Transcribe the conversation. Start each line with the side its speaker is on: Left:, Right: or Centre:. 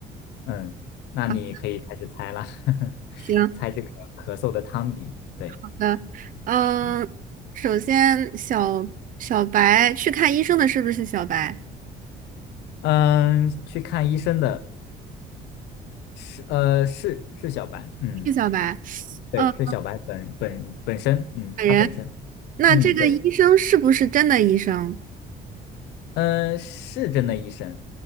Left: 嗯，那你可以开始猜了，
Right: 好，
Left: <laughs>
Right: 行，
Left: 猜这个咳嗽的汤底。对，
Right: 好的，嗯，
Left: 嗯，
Right: 首先小小白去看医生的是不是小白？
Left: 嗯，去看医生的是呃是是小白，嗯，
Right: 是小白，
Left: 对，
Right: 嗯，
Left: 是小白本本本身，嗯，
Right: 本人。
Left: 他本身，
Right: 那这个医生是不是真的医生？
Left: 嗯，对。嗯，是真的医生。